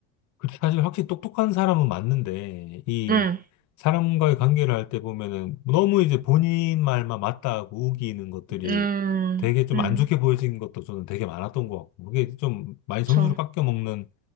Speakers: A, on the left; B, on the right.
A: 그 사실 확실히 똑똑한 사람은 맞는데, 이
B: 음,
A: 사람과의 관계를 할 때 보면은 너무 이제 본인 말만 맞다고 우기는 것들이
B: 음,
A: 되게 좀
B: 음,
A: 안 좋게 보여진 것도 저는 되게 많았던 것 같고, 그게 좀 많이 점수를
B: 저,
A: 깎여 먹는